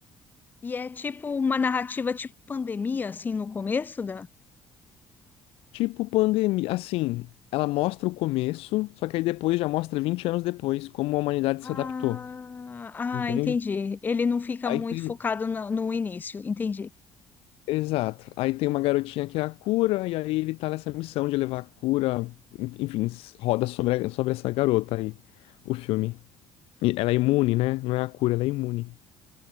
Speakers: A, on the left; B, on the left.
A: e é tipo uma narrativa tipo pandemia, assim, no começo, Dan?
B: Tipo pandemia. Assim, ela mostra o começo, só que aí depois já mostra 20 anos depois como a humanidade
A: Ah,
B: se adaptou.
A: ah,
B: Entende?
A: entendi. Ele não fica
B: Aí
A: muito
B: tem.
A: focado
B: um,
A: no, no início, entendi.
B: Exato. Aí tem uma garotinha que é a cura, e aí ele tá nessa missão de levar a cura. Enfim, s- roda sobre, a- sobre essa garota aí, o filme. E ela é imune, né? Não é a cura, ela é imune.